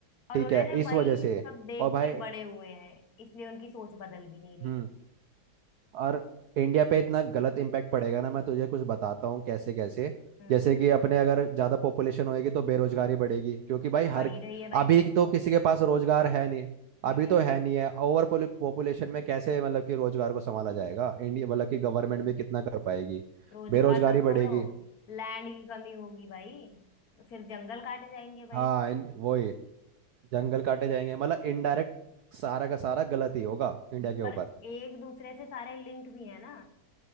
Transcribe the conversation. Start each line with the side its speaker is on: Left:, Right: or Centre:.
Left: और
Right: ठीक
Left: उन्होंने
Right: है इस
Left: वही
Right: वजह से
Left: सब देख
Right: और भाई
Left: के बड़े हुए हैं इसलिए उनकी सोच बदल भी नहीं रही
Right: हम्म
Left: है
Right: और इंडिया पे इतना गलत इम्पैक्ट पड़ेगा ना मैं तुझे कुछ बताता हूँ कैसे कैसे
Left: हम्म।
Right: जैसे कि अपने अगर ज्यादा पॉपुलेशन होएगी तो बेरोजगारी बढ़ेगी क्योंकि भाई हर
Left: बढ़ ही रही है भाई
Right: अभी तो किसी के पास रोजगार है नहीं
Left: हम्म
Right: अभी तो है नहीं है ओवर पॉपुलेशन में कैसे मतलब कि रोजगार को संभाला जाएगा इंडिया मतलब कि गवर्नमेंट भी कितना कर पाएगी
Left: रोजगार
Right: बेरोजगारी
Left: तो
Right: बढ़ेगी
Left: छोड़ो लैंड की कमी होगी भाई फिर जंगल काटे जाएंगे भाई
Right: हाँ इन वही जंगल काटे जाएंगे मतलब इनडायरेक्ट सारा का सारा गलत ही होगा इंडिया के ऊपर
Left: पर एक दूसरे से सारे लिंक भी है ना